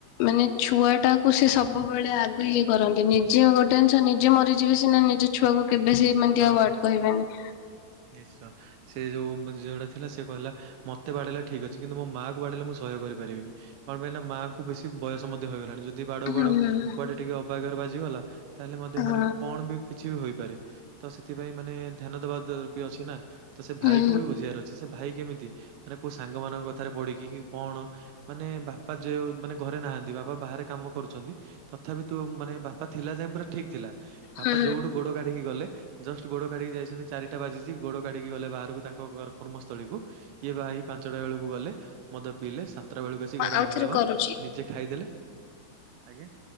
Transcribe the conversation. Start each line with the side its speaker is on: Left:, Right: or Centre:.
Left: ମାନେ ଛୁଆ ଟାକୁ ସେ ସବୁବେଳେ ଆଗ ଇଏ କରନ୍ତି ନିଜେ ଗୋଟେ ଜିଷ ନିଜେ ମରିଯିବେ ସିନା -- ଛୁଆକୁ କେବେ ସେମିତି
Right: ହଁ।
Left: ଔର୍ଡ କହିବେନି?
Right: ନିଶ୍ଚୟ ସେ ଯୋଉ ଝିଟା ଥିଲା ସେ କହିଲା ମତେ ବାଡେଇଲା ଠିକ ଅଛି। କିନ୍ତୁ ମୋ ମାୁ ବାଡେଇଲେ ମୁଁ ସହ୍ୟ କରିପାରିବିନି। କଣ ପାଇଁଲ ମାଆ କୁ ବେଶୀ ବୟସ ମଧ୍ୟ ହେଇଗଲାଣି। ଯଦି ଯଦି ବାଡିଉ
Left: ହୁଁ
Right: ବାଡଉ
Left: ହୁଁ
Right: କୁଆଟେ ଟିକେ ଅବାଗର ବାଜିଗଲା ତାହେଲେ ମଧ୍ୟ
Left: ହୁଁ
Right: ମାନେ କଣ ବି କିଛି ବି ହୋଇପାରେ ତ ସେଥିପାଇଁ ମାନେ ଧ୍ୟାନ ଦବା ବି ଅଛି ନା ତ ସେ
Left: ହୁଁ
Right: ଭାଇ କ ବି ବୁଝିବା ର ଅଛି ସେ ଭାଇ କେମିତି ମାନ କୋଉ ସାଙ୍ଗ ମାନଙ୍କ କଥାରେ ପଢିକି କି କଣ ମାନେ ବାପା ଯେଉ ମାନେ ଘରେ ନାହାନ୍ତି ବାପା ବାହାରେ କାମ କରୁଚନ୍ତି। ତଥାପି ତୁ ମାନେ ବାପା ଥିଲା ଯାଇ ପୁରା ଠିକ୍ ଥିଲା। ବାପା
Left: ହୁଁ
Right: ଯୋଉଠୁ ଗୋଡ କାଢିକି ଗଲେ ଜଷ୍ଟ ଗୋଡ କାଢିକି ଯାଇଛନ୍ତି ଚାରି- - ଟା ବାଜିଛି ଗୋଡ କାଢିକି ଗଲେ ବାହାରକୁ ତାଙ୍କ କର୍ମସ୍ଥଳୀକୁ ଇଏ ବାଇଇ ପାଞ୍ଚଟା ବେଳକୁ ଗଲେ ମଦ ପିଇଲେ ଶ -- ସତ୍ର ବେଳକୁ
Left: ହୁଁ
Right: ଆସି ଘରେ
Left: ଆଉ
Right: ହଙ୍ଗାମା
Left: ଥରେ କରୁଛି।
Right: ନିଜେ ଖାଇଦେଲେ ଆଜ୍ଞା।